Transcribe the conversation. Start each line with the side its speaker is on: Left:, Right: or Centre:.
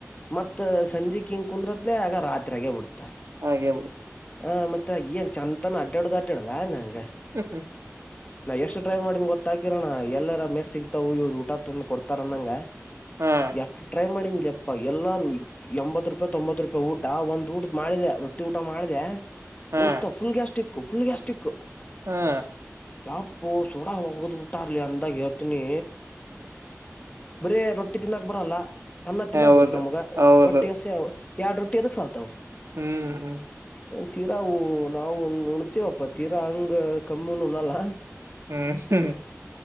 Left: ಮತ್ ಸಂಜೆ ಹಿಂಗ್ ಕುಂದ್ರತ್ಲೆ ಆಗ ರಾತ್ರಿಯಾಗೆ ಬಿಡ್ತಾ
Right: ಹಾಗೇಳ್ಬಿಡುತ್ತು
Left: ಹ ಮತ್ತೆ ಏನ್ ಚಂದಂತನ ಅಡ್ಡಾಡ್ದ ಅಡ್ಡ್ದ ನಂಗೆ
Right: ಹತ
Left: ನಾ ಎಷ್ಟು ಡ್ರೈ ಮಾಡಿದಿ ಗೊತ್ತ ಹಾಕಿರಣ ಎಲ್ಲರ ಮೇಸ್ ಸಿಗ್ತಾವವು ಇವ್ರು ಊಟ ತಂದ ಕೊಡ್ತಾರಂದಂಗ
Right: ಹಾ
Left: ಎಷ್ಟ ಟ್ರೈ ಮಾಡಿಂಗೆ ಇಪ್ಪ ಎಲ್ಲಾ ಎಂಬತ್ ರೂಪಾಯಿ ತೊಂಬತ್ತು ರೂಪಾಯಿ ಊಟ ಒಂದ್ ಊಟದ ಮಾಡಿದೆ ರೊಟ್ಟಿ ಊಟ ಮಾಡಿದೆ
Right: ಹಾ
Left: ದೋಸ್ತ ಫುಲ್ ಗ್ಯಾಸ್ಟಿಕ್ ಫುಲ್ ಗ್ಯಾಸ್ಟಿಕ್
Right: ಹಾ
Left: ಕಾಪು ಸುಡ ಹೋಗದ್ ಬಿಟ್ಟಾರ್ಲಿ ಅಂದಾಗ ಹೇಳ್ತನಿ ಬರೇ ನ ರಟ್ಟಿ ತಿನ್ನಾಕ್ ಬರಲ್ಲ ಅನ್ನ ತಿನ್ನಕ್ಬೇಕು
Right: ಹೌದು
Left: ನಮಗ
Right: ಹೌದು
Left: ಒಟ್ಟಿ ಹಸಿ ಎರಡ್ ರೊಟ್ಟಿ ಅದಕ್ ಸಲ್ತಾವ
Right: ಹ್ಮ್ ಹ್ಮ್
Left: ತೀರಾ ನಾವು ಹುಣ ತೇವಪ್ಪ ತೀರಾ ಹಂಗ ಕಮ್ಮಿಹುಣ್ಣಲ
Right: ಹ್ಮ ಅಷ್ಟೇ